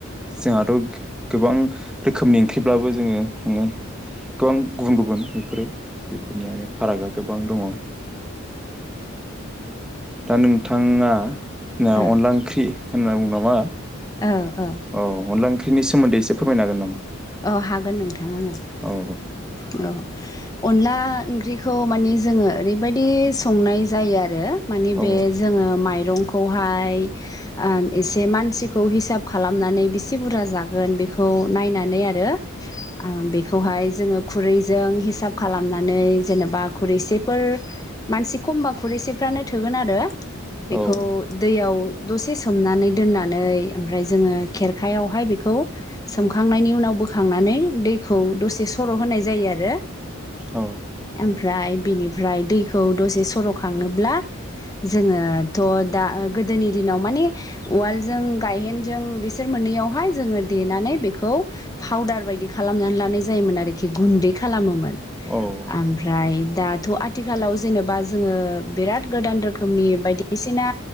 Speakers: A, in the centre; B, on the left.
A: जोंहाथ' गोबां रोखोमनि ओंख्रिब्लाबो जोङो माने गोबां गुबुन गुबुन बेफोरो बेफोरनि माने फारागा गोबां दङ। दा नोंथाङा अनला
B: औ
A: ओंख्रि होनना बुङोबा मा
B: औ औ
A: औ अनला ओंख्रिनि सोमोन्दै एसे फोरमायनो होन नामा?
B: अ हागोन नोंथां आङो
A: औ औ
B: औ अनला ओंख्रिखौ माने जोङो ओरैबायदि संनाय जायो आरो माने
A: औ
B: बे जोङो माइरंखौहाय एसे मानसिखौ हिसाब खालामनानै बेसे बुरजा जागोन बेखौ नायनानै आ रो बेखौहाय जोङो खुरैजों हिसाब खालामनानै जेनेबा खुरैसेफोर मानसि खमबा खुरैसेफ्रानो थोगोन आरो बेखौ
A: औ
B: दैयाव दसे सोमनानै दोननानै ओमफ्राय जोङो खेरखायावहाय बेखौ सोमखांनायनि उनाव बोखांनानै दैखौ दसे सर' होनाय जायो आरो।
A: औ
B: ओमफ्राय बिनिफ्राय दैखौ दसे सर'खाङोब्ला। जोङो थ' दा गोदोनि दिनाव माने उवालजों गायहेनजों बिसोर मोननैयावहाय जोङो देनानै बेखौ फाउदार बायदि खालामनानै लानाय जायोमोन आरोखि गुन्दै खालामोमोन।
A: औ
B: ओमफ्राय दाथ' आथिखालाव जेनेबा जोङो बिराद गोदान रोखोमनि बायदिसिना